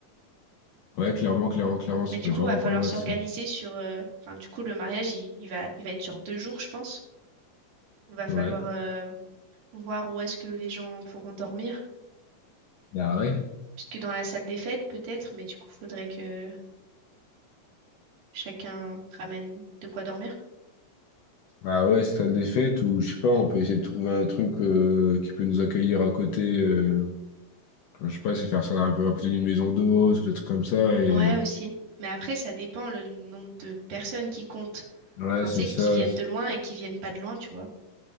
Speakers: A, on the left (about 70°); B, on the right (about 85°).
A: Ouais, clairement, clairement, clairement,
B: Mais
A: ça
B: du
A: peut
B: coup,
A: être vraiment
B: va falloir
A: pas mal,
B: s'organiser
A: ça.
B: sur, euh, enfin, du coup, le mariage, il, il va, il va être sur deux jours, je pense. Il va falloir,
A: Ouais.
B: euh, voir où est-ce que les gens pourront dormir.
A: Ah ouais.
B: Parce que dans la salle des fêtes, peut-être, mais du coup, faudrait que chacun ramène de quoi dormir.
A: Ah ouais, stade des fêtes, ou je sais pas, on peut essayer de trouver un truc euh, qui peut nous accueillir à côté. euh, enfin, je sais pas, c'est faire ça un peu à côté d'une maison d'eau, des trucs comme ça. Et
B: Ouais, aussi. Mais après, ça dépend le nombre de personnes qui comptent.
A: ouais,
B: Enfin,
A: c'est
B: tu sais,
A: ça.
B: qui viennent de loin et qui viennent pas de loin, tu vois.